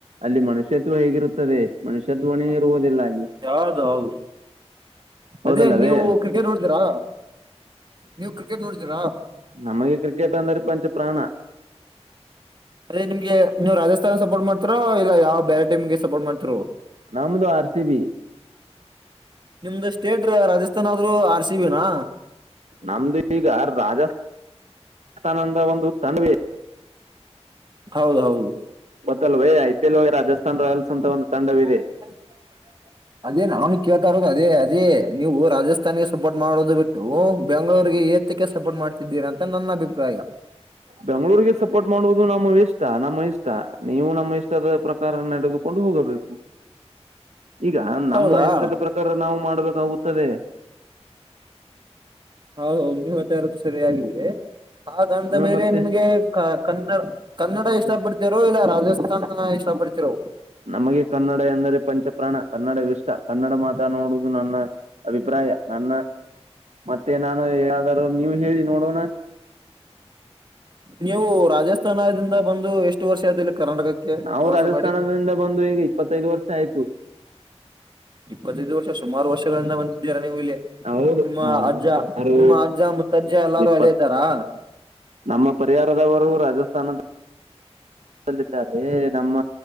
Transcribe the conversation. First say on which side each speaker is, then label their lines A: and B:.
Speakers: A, on the right; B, on the right.
A: ಅಲ್ಲಿ ಮನುಷ್ಯತ್ವ ಹೇಗಿರುತ್ತದೆ ಮನುಷ್ಯತ್ವನೇ ಇರುವುದಿಲ್ಲ ಅಲ್ಲಿ
B: ಹೌದು ಹೌದು
A: ಹೌದಲ್ಲವೇ
B: ಅದೇ ನೀವು ಕ್ರಿಕೆಟ್ ನೋಡತ್ತಿರಾ ನೀವು ಕ್ರಿಕೆಟ್ ನೋಡಿದೀರಾ
A: ನಮಗೆ ಕ್ರಿಕೆಟ್ ಅಂದ್ರ ಪಂಚ ಪ್ರಾಣ
B: ಅದೇ ನಿಮ್ಗೆ ನೀವು ರಾಜಸ್ಥಾನ ಸಪೋರ್ಟ್ ಮಾಡ್ತಾರಾ ಇಲ್ಲ ಯಾವ ಬೇರೆ ಟೀಮ ಗೆ ಸಪೋರ್ಟ್ ಮಾಡ್ತೀರೋ
A: ನಮದು ಆರ್ ಸಿ ಬಿ
B: ನಿಮ್ದು ಸ್ಟೇಟ್ ರಾಜಸ್ಥಾನ್ ಆದ್ರರು ಆರ್ ಸಿಬಿನಾ
A: ನಮ್ದು ಈಗ ರಾಜ ರಾಜಸ್ಥಾನದ ಒಂದು ತಂಡ್ವ
B: ಹೌದ ಹೌದು
A: ಬದಲ್ವೇ ಐ ಪಿ ಎಲ್ ವ ರಾಜಸ್ಥನ್ ರಾಯಲ್ಸ್ ಅಂತ ಒಂದು
B: <unintelligible>
A: ತಂಡವಿದೆ
B: ಅದೇ ನಾನು ಕೇಳ್ತಾ ಇರೋದು ಅದೇ ಅದೇ ನೀವು ರಾಜಸ್ಥಾನಿಗೆ ಸಪೋರ್ಟ್ ಮಾಡೋದು ಬಿಟ್ಟು ಬೆಂಗಳೂರಿಗೆ ಕ್ಕೆ ಸಪೋರ್ಟ್ ಮಾಡ್ತಿದ್ದೀರ ಅಂತ ನನ್ನ ಅಭಿಪ್ರಾಯ
A: ಬೆಂಗಳೂರಿಗೆ ಸಪೋರ್ಟ್ ಮಾಡುವುದು ನಮ್ಮ ಇಷ್ಟ ನಮ್ಮ ಇಷ್ಟ ನೀವು ನಮ್ಮ ಇಷ್ಟದ ಪ್ರಕಾರ ನಡೆದುಕೊಂಡು ಹೋಗಬೇಕು
B: <unintelligible>
A: ಈಗ ನಮ್ಮ
B: ಹೌದಾ
A: ಇಷ್ಟದ ಪ್ರಕಾರ ನಾವು ಮಾಡ್ಬೇಕಾಗುತ್ತದೆ
B: ಹೌ ಹೌದು ನಿವ ಹೇಳತ್ತ ಇರೋದು ಸರಿಯಾಗಿ ಇದೆ ಹಾಗಂದ
A: ಹ
B: ಮೇಲೆ
A: ಮತ್ತೆ
B: ನಿಮ್ಗೆ ಕನ್ನಡ ಕನ್ನಡ ಇಷ್ಟ ಪಡ್ತಿರೋ ಇಲ್ಲ ರಾಜಸ್ಥಾನ ಇಷ್ಟ ಪಡ್ತಿರೋ
A: ನಮಗೆ ಕನ್ನಡ ಎಂದರೆ ಪಂಚಪ್ರಾಣ ಕನ್ನಡ ಇಷ್ಟ ಕನ್ನಡ ಮಾತನಾಡುದು ನನ್ನ ಅಭಿಪ್ರಾಯ ನನ್ನ ಮತ್ತೆ ನಾನು ಯ್ದಾರೂ ನೀವು ಹೇಳಿ ನೋಡೋಣ
B: ನೀವು ರಾಜಸ್ಥಾನದಿಂದ ಬಂದು ಎಷ್ಟು ವರ್ಷ ಆದಲ್ಲಿ ಕರ್ನಾಟಕಕ್ಕೆ
A: ನಾವು
B: ವಾಸ
A: ರಾಜಸ್ಥಾನದಿಂದ
B: ಮಾಡಿ
A: ಬಂದು ಈಗ ಇಪ್ಪತ್ತೈದು ವರ್ಷ ಆಯ್ತು
B: ಇಪ್ಪತ್ತದು ವರ್ಷ ಸುಮಾರು ವರ್ಷಗಳಿಂದ ಬಂದಿದ್ದೀರಾ ನೀವು ಇಲ್ಲಿ
A: ಹೌದು
B: ನಿಮ್ಮ
A: ನಾವು
B: ಅಜ್ಜ
A: ಸುಮಾರು
B: ನಿಮ್ಮ ಅಜ್ಜ ಮುತ್ತಜ್ಜ
A: ಒಂದ್
B: ಎಲ್ಲಾರು
A: ಇಪ್ಪತ್
B: ಅಳಿದ್ದಾರಾ
A: ನಮ್ಮ ಪರಿಹಾರದವರು ರಾಜಸ್ಥಾನದಲ್ಲಿದ್ದಾರೆ ನಮ್ಮ